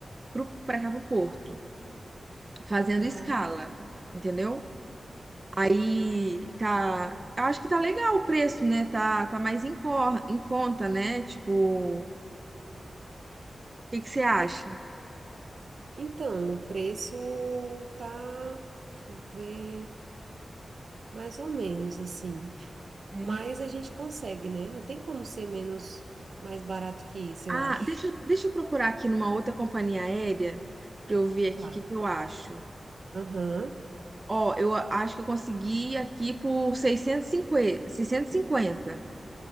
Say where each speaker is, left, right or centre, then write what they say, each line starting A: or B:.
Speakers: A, on the right (about 25°); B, on the right (about 65°).
A: pro, pra cá pro Porto, fazendo
B: Ah,
A: escala, entendeu?
B: uhum.
A: Aí tá. Eu acho que tá legal o preço, né? Tá, tá mais em, cor, em conta, né? Tipo, o que que você acha?
B: é. Então, o preço tá, deixa eu ver, mais ou menos assim.
A: É.
B: Mas a gente consegue, né? Não tem como ser menos, mais barato que isso,
A: Ah,
B: eu acho.
A: deixa, eu- deixa eu procurar aqui numa outra companhia aérea pra eu ver
B: Tá.
A: aqui o que que eu acho.
B: Aham.
A: Ó, eu a- acho que eu consegui aqui por seiscentos e cinquenta. seiscentos e cinquenta.